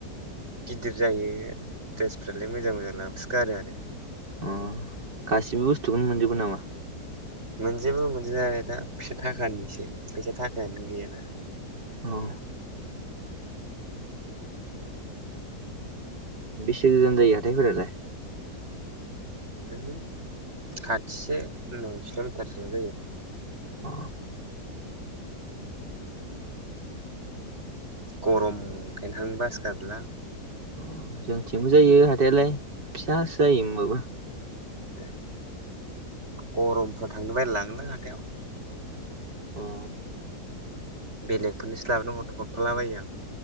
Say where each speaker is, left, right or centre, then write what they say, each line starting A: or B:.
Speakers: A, on the right; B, on the right.
A: गिदिर जायो ड्रेसफ्रालाय मोजां मोजां लाबोसो गारो आरो
B: अ गासिबो बुस्थुखौनो मोनजोबगोन नामा?
A: मोनजोेबो मोनजोबनायालाय दा फैसा थाखानिसो फैसा थाखायानो गैयाना
B: औ बेसे गोजान जायो हाथाइफोरालाय?
A: उमहो खाथिसो नय किलमिटारसोल' जायो।
B: अ
A: गरमखायनो थांनो बासो गारोलां
B: अ जोंथिंबो जायो हाथाइयालाय फिसासो जायो होमबाबो
A: ए गरमफ्राव थांनो बालायलाङो हाथायाव।
B: अ'।
A: बेलेगफोरनोसो लाबोनो हर-हरफालाबायो आं।